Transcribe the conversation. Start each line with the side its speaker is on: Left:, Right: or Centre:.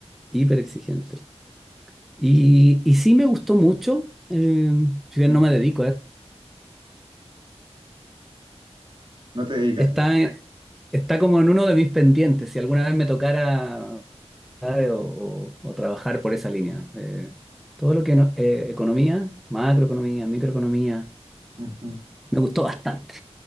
Centre: hiper exigente. Y, y sí me gustó mucho, eh, si bien
Right: Ujú,
Centre: no me dedico a eso,
Right: No te digas
Centre: está,
Right: a
Centre: en- está como en uno de mis pendientes, si alguna vez me tocara ¿sabe? o, o- o trabajar por esa línea. Eh, todo lo que no- eh, economía, macroeconomía, microeconomía,
Right: ujú.
Centre: me gustó bastante.